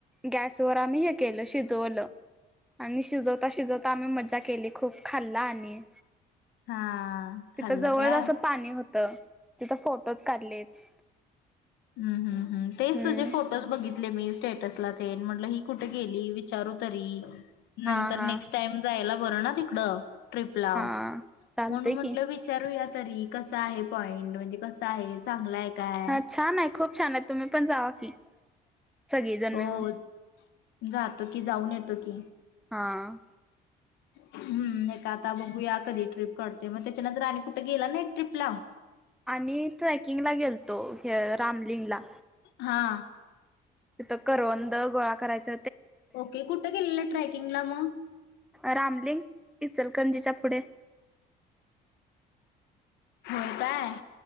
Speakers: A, in the centre; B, on the left.
A: गॅसवर आम्ही हे केलं शिजवलं. आणि शिजवता शिजवता आम्ही मजा केली खूप खाल्लं आणि
B: हा
A: तिथं
B: खाल्लं
A: जवळच
B: काय?
A: असं पाणी होतं. त फोटोच काढलेत
B: ह ह् ह तेच
A: हम्म
B: तुझे फोटोज बघितले मी स्टेटस ला ते न् ही कुठे गेली विच विचारू तरी
A: हा
B: नंतर
A: हा
B: नेक्स्ट टाईम जायला बर ना तिकडं? ट्ररीपला
A: हा चालतय
B: म्हणून म्हंटलं
A: की
B: विचारूया. तरी कसा आहे पॉइंट म्हणजे कस आहे चांगला आहे. काय
A: हा छान आहे. खूप छान आहेत, तुम्ही पण जावा की सगळी जन
B: हो
A: मिळून.
B: जातो की जाऊन येतो की
A: हां
B: हम्म एकका आता बघू या कधी ट्ररीप काढतोय, मग त्याच्यानंतर आणि कुठे गेला नाही ट्ररीपला.
A: आणि ट्रेकिंगला गेलतो रामलिंगला.
B: हा.
A: तिथ करवंद गोळा करायच
B: ओके कुठ गेलेला, ट्रेकिंगला मग?
A: रामलिंग. इचलकरंजीच्या फुढे.
B: होय काय.